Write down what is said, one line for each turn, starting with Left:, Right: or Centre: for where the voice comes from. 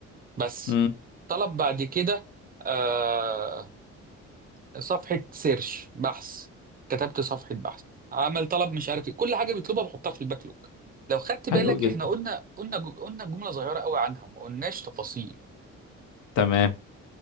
Right: بس
Left: امم
Right: طلب بعد كده آه صفحه سيرش بحث كتبت صفحه بحث عمل طلب مش عارف ايه كل حاجه بيطلبها بحطها في الباك لوج لو خدت بالك
Left: حلو جدا
Right: احنا قلنا قلنا قلنا جمله صغيره قوي عنها ما قلناش تفاصيل
Left: تمام